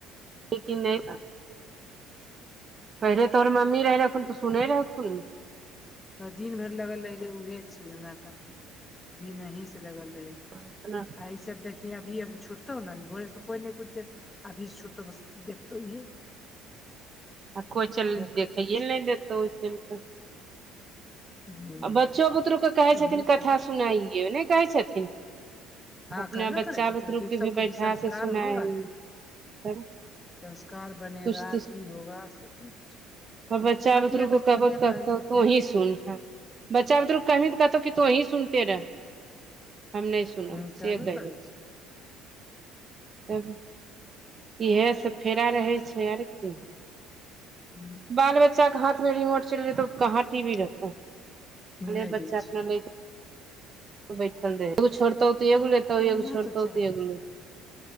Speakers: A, on the right; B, on the left.
A: लेकिन नै पहिले तोहर मम्मी रहै रखुन तऽ सुनै रहथुन ने
B: त दिन भर लगल रहे उहे चीज हमरा क दिन अहीं से लगल रहे
A: अपना
B: ऐस जब देखि अभी अब छुटतो न भोरे स कोइ न कुछ अभी छोटो बस्त देखत ई
A: आ कोइ चल
B: कर
A: देखइए
B: दै छै
A: ल नहि देत ओ चल क
B: हूं
A: आ बच्चो बुतरूके कहै
B: इहे
A: छथिन
B: सब
A: कथा
B: कर,
A: सुनाइए नहि कहै छथिन
B: हँ
A: अपना
B: कहबे
A: बच्चा
B: करै छथिन
A: बुतरुके
B: कि ओ सबक
A: बैठा
B: भी संस्कार
A: के सुनाइ
B: होगा न
A: तब
B: संस्कार बनेगा
A: कुछ
B: तऽ ई होगा सब चीज
A: र बच्चा
B: बतिया
A: बुतरु को
B: ठीके
A: कहबो तऽ
B: कहै
A: कबतो
B: छथिन
A: तूंही सुन बच्चा बुतरुक कही तऽ कहतौ क तो वही सुनते रहे हम नहि सुन सुनब
B: ह कहबे
A: से कहि
B: करै
A: देत
B: छी
A: तहन इहे सब फेरा रहै छै आओर की
B: हूँ
A: बाल बच्चा के हाथ मे रिमोट चल जेतै उ हटी भी रहत हैाल
B: नहि
A: बच्चा
B: दै
A: अपना
B: छी
A: लेके बैठल रह एगो छोड़त तऽ एगोे
B: नहि
A: एगो छोड़त तऽ
B: चाह
A: एगो